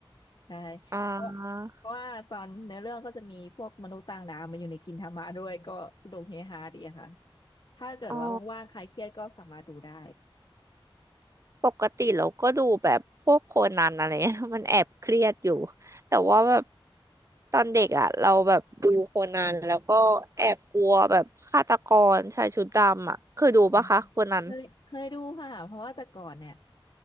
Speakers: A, on the left; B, on the right.
A: ใช่
B: อ่า
A: เพราะเพราะว่าตอนเนื้อเรื่องก็จะมีพวกมนุษย์ต่างดาวมาอยู่ในกินทามะด้วยก็สนุกเฮฮาดีอะค่ะถ้าเกิดว่าว่างๆใครเครียดก็สามารถดูได้
B: อ๋อ ปกติเราก็ดูแบบพวกโคนันอะไรเงี้ย <laughs> มันแอบเครียดอยู่แต่ว่าแบบตอนเด็กอ่ะเราแบบดูโคนันแล้วก็แอบกลัวแบบฆาตกรชายชุดดำอ่ะเคยดูปะคะโคนัน
A: อ๋อเคยเคยดูค่ะเพราะว่าแต่ก่อนเนี่ย